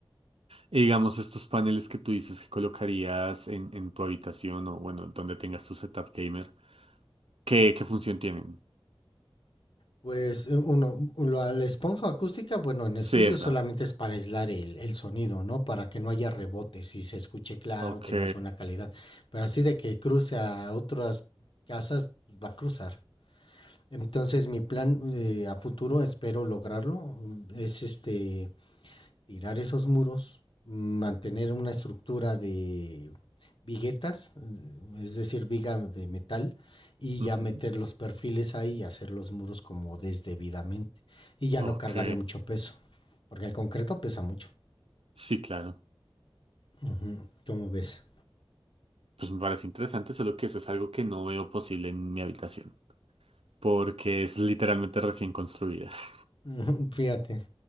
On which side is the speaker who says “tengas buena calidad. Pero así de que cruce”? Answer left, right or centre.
Left